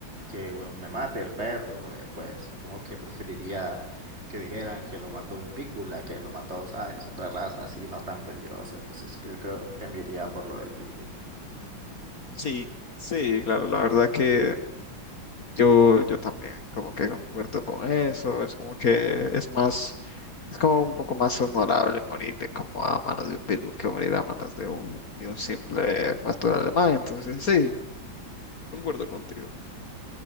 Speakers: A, on the right; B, on the left.
A: que bueno, me mate el perro, eh, pues supongo que preferiría que dijeran que lo mató un Pitbull a que lo mató, ¿sabes? Otra raza así no tan peligrosa. Entonces creo, creo que me iría por lo del Pitbull.
B: Sí, sí, claro, la verdad que yo, yo también como que concuerdo con eso, es como que es más, es como un poco más honorable morirte como a manos de un pitbull que morir a manos de un, de un simple pastor alemán, entonces sí, concuerdo contigo.